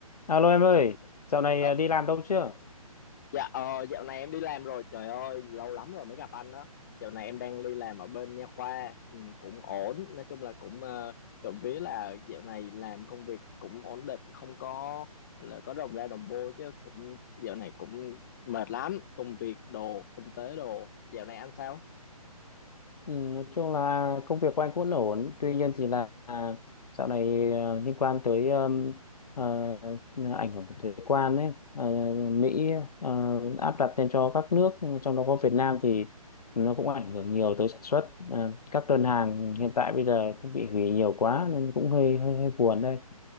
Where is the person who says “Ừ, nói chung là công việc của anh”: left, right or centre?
Left